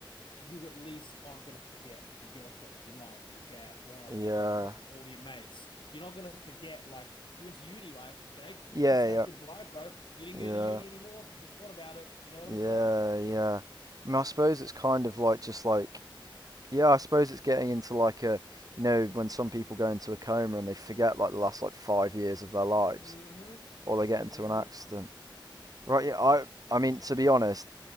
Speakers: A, on the left; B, on the right.
A: you at least aren't gonna forget your girlfriend, your mom, your dad, growing up
B: yeah,
A: in Hong Kong, all your mates. You're not gonna forget, like, you went to uni, right, Jake?
B: yeah,
A: Kiss that
B: yeah,
A: goodbye, bro. You didn't
B: yeah,
A: go to uni anymore because you forgot about it. You know what
B: yeah,
A: I'm saying?
B: yeah. I mean, I suppose it's kind of like just like yeah, I suppose it's getting into like a you know when some people go into a coma and they forget like the last like five years of their lives,
A: mm hmm
B: or they
A: mm
B: get into an accident.
A: hmm
B: Right? Yeah, I I mean to be honest,